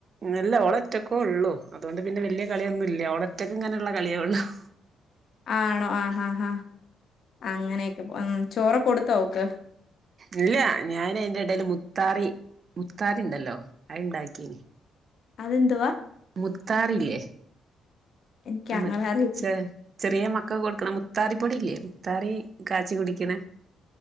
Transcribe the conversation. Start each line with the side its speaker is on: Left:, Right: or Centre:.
Right: അല്ല ഓളൊറ്റക്കോള്ളു അതൊണ്ട് പിന്നെ വല്യ കളിയൊന്നുല്ല ഓളറ്റക്ക് ഇങ്ങനെയുള്ള കളിയേള്ളു <inaudible>
Left: ആണോ ആ അ അങ്ങനെയൊക്കെ ഉം ചോറൊക്കെ കൊടുത്തോ ഓൾക്ക്
Right: ഇല്ല ഞാൻ അയിന്റെ എടയിൽ മുത്താറി മുത്താറിണ്ടല്ലോ അത്ണ്ടാക്കയിനി
Left: അത് എന്തുവാ
Right: മുത്താറില്ലേ
Left: എനിക്ക്
Right: ആ
Left: അങ്ങനെ
Right: മറ്റേ
Left: അറിയത്തി
Right: ചെ ചെറിയ മക്കൾക് കൊടുക്കണ മുത്താറിപ്പൊടില്ലേ മുത്താറി കാച്ചി കുടിക്ക്ണ